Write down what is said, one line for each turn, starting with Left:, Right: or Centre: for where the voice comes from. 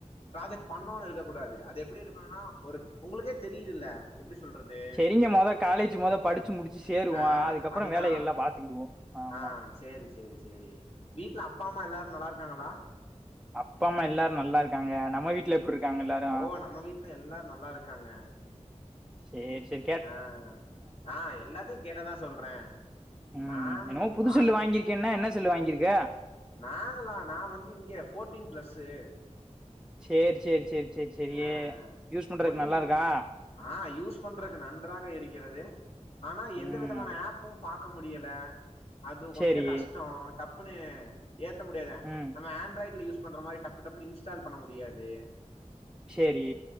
Left: ப்ராஜெக்ட் பண்ணோன்னு இருக்க கூடாது அது எப்டி இருக்கனோம்னா ஒரு உங்களுகே தெரிதுதில்ல எப்டி சொல்றது
Centre: செரிங்க மொத காலேஜ் மொத படிச்சி முடிச்சி சேருவோ
Left: ஆ
Centre: அதுக்கப்புறோ
Left: அதுதா
Centre: வேல எல்லா பாத்துக்கிடுவோ ஆமா
Left: ஆ சேரி சேரி சேரி வீட்ல அப்பா அம்மா எல்லாரு நல்லா இருக்காங்களா
Centre: அப்பாஅம்மா எல்லாரு நல்லா இருக்காங்க நம்ம வீட்டுல எப்டி இருக்காங்க எல்லாரு
Left: ஓ நம்ம வீட்ல எல்லாரு நல்லா இருக்காங்க
Centre: சேரி செரி
Left: ஆ ஆ எல்லாத்தியு கேட்டதா சொல்றே
Centre: ம்
Left: நான்
Centre: என்னமோ புது
Left: வாழ்
Centre: செல்லு வாங்கியிருக்கேன்ன என்ன செல்லு வாங்கியிருக்கே
Left: நாங்களா நா வந்து இங்க போர்டீன் பிளஸ்சு
Centre: சேரி சேரி சேரி சேரி சேரி
Left: ஆ
Centre: யூஸ் பண்றதுக்கு
Left: ஃபோர்டீன்
Centre: நல்லா இருக்கா
Left: ஆ யூஸ் பண்றக்கு நன்றாக இருக்கிறது ஆனா எந்த
Centre: ம்
Left: விதமான ஆப் பூம் பாக்க முடியல அது கொஞ்ஜோ
Centre: சேரி
Left: கஷ்டோ டப்புன்னு ஏத்த முடியாதா
Centre: ம்
Left: நம்ம ஆண்ட்ராய்ட்ல யூஸ் பண்ற மாரி டப்பு டப்புன்னு இன்ஸ்டால் பண்ண முடியாது
Centre: சேரி